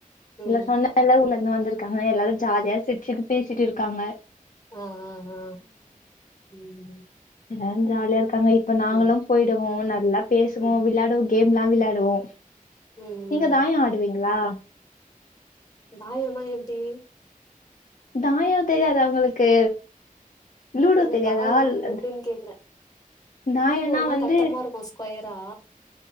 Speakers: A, on the left; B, on the left.
A: ம்
B: இல்ல சொன்னே எல்லா ஊர்லருந்து வந்துருக்காங்க எல்லாரு ஜாலியா சிரிச்சுகிட் பேசிட்டு இருக்காங்க
A: ஆ ஆ ஆ ம்
B: ஏ ஜாலியா இருக்காங்க இப்ப நாங்களு
A: சேரி
B: போய்டுவோ நல்லா பேசுவோ
A: ம்
B: விளையாடவு கேம்லா விளாயாடுவோ
A: ம்
B: நீங்க
A: ம்
B: தாயோ ஆடுவீங்ளா
A: தாயோன்னா எப்டி
B: தாயோ தெரியாது உங்களுக்கு லூடோ
A: இல்ல
B: தெரியாதா
A: தாயோன்னா எப்டின்னு கேக்குறே
B: தாயம்னா
A: லூடோனா
B: வந்து
A: கட்டமா இருக்கு கொயரா